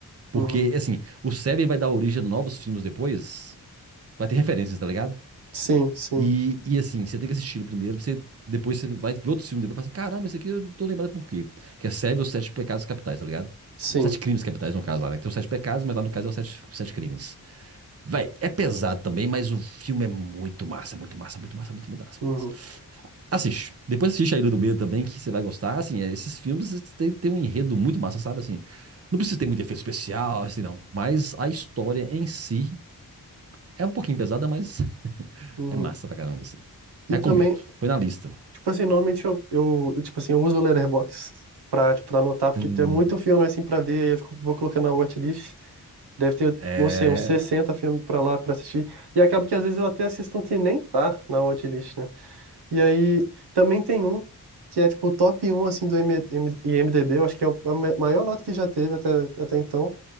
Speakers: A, on the right; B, on the right.
A: porque,
B: Uhum.
A: assim, o Seven vai dar origem a novos filmes depois. Vai ter referências, tá ligado?
B: Sim, sim.
A: E, e assim, você tem que assistir ele primeiro, pra você, depois você vai ver outros filmes, depois fala assim, caramba, esse aqui eu tô lembrado por quê. Que é Seven, os Sete Pecados Capitais, tá ligado?
B: Sim.
A: Sete crimes capitais, no caso lá, né? Que tem os sete pecados, mas lá no caso é os sete, sete crimes. Véi, é pesado também, mas o filme é muito massa, muito massa, muito massa, muito, muito massa,
B: Uhum,
A: muito massa. Assiste. Depois assiste A Ilha do Medo também, que você vai gostar. Assim, é, esses filmes têm têm um enredo muito massa, sabe? Assim, não precisa ter muito efeito especial, assim, não. Mas a história em si é um pouquinho pesada, mas <laughs>
B: uhum.
A: é massa pra caramba, assim.
B: E
A: Recomendo.
B: também,
A: Põe na lista.
B: tipo assim, normalmente eu, eu, eu, tipo assim, eu uso o Letterboxd pra, tipo, anotar,
A: Tum.
B: porque tem muito filme, assim, pra ver, aí eu fico- vou colocando na watchlist. Deve ter,
A: É.
B: não sei, uns 60 filmes pra lá, pra assistir. E acaba que às vezes eu até assisto um que nem tá na watchlist, né? E aí, também tem um que é, tipo, o top um assim, do M M IMDb, eu acho que é o- a ma- maior nota que já teve até, até então,